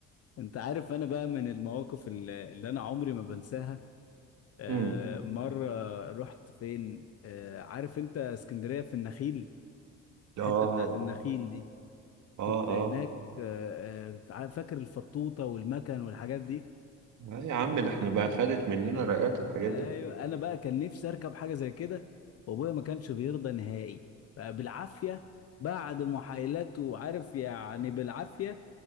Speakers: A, on the left; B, on the right.
A: انت عارف انا بقى من المواقف ال- اللي انا عمري ما بنساها آه،
B: امم
A: مره رحت فين آه، عارف انت اسكندريه في النخيل
B: اه
A: الحته بتاعت النخيل دي
B: اه
A: كنت
B: اه
A: هناك آه، آه، فاكر الفطوطه والمكن والحاجات دي
B: آه يا عم ده احنا بقى خدت مننا رقات الحاجات
A: ايوه
B: دي
A: انا بقى كان نفسي اركب حاجه زي كده وابويا ما كانش بيرضى نهائي بقى بالعافيه بعد محايلات وعارف يعني بالعافيه